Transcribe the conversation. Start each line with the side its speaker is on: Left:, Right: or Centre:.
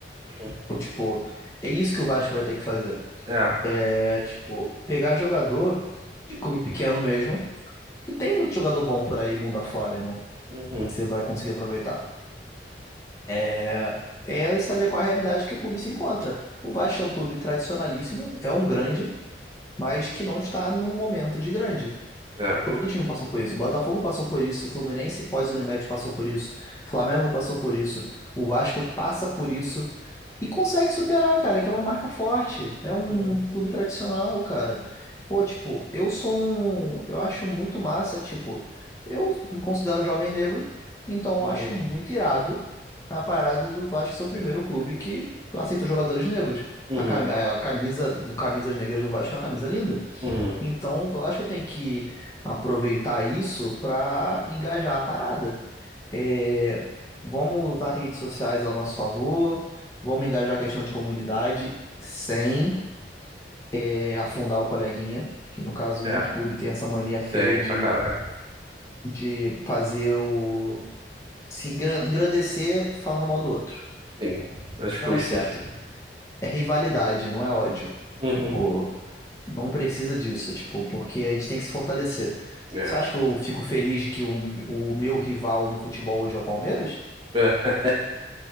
Right: Uhum.
Left: Então, tipo, é isso que o Vasco vai ter que fazer.
Right: É.
Left: É, tipo, pegar jogador de clube pequeno mesmo porque tem muito jogador bom por aí, mundo afora, irmão,
Right: Uhum.
Left: que você vai conseguir aproveitar. É, é se adequar à realidade que o clube se encontra. O Vasco é um clube tradicionalíssimo, é um grande, mas que não está no momento de grande.
Right: É.
Left: Todo time passou por isso. O Botafogo passou por isso. O Fluminense pós-Unimed passou por isso. O Flamengo passou por isso. O Vasco passa por isso. E consegue superar, cara, que é uma marca forte. É um
Right: Uhum.
Left: clube tradicional, cara. Pô, tipo, eu sou um. Eu acho muito massa que, tipo, eu me considero um jovem negro. Então eu
Right: Uhum.
Left: acho muito irado a parada do Vasco ser o primeiro clube que aceita jogadores negros.
Right: Uhum.
Left: A cami- a camisa do Camisas Negras do Vasco é uma camisa linda.
Right: Uhum.
Left: Então, eu acho que eu tenho que aproveitar isso para engajar a parada. É, vamos usar redes sociais a nosso favor, vamos engajar a questão de comunidade sem é, afundar o coleguinha, que no caso
Right: É.
Left: muito clube tem essa mania feia
Right: Tem,
Left: de,
Right: pra caraca.
Left: de fazer o... se engran- engrandecer falando mal do outro.
Right: Sim. As custas.
Left: Não, é certo. É rivalidade, não é ódio.
Right: Uhum.
Left: Tipo, não precisa disso, tipo, porque a gente tem que se fortalecer.
Right: É.
Left: Você acha que eu fico feliz que o, o meu rival no futebol hoje é o Palmeiras?
Right: É.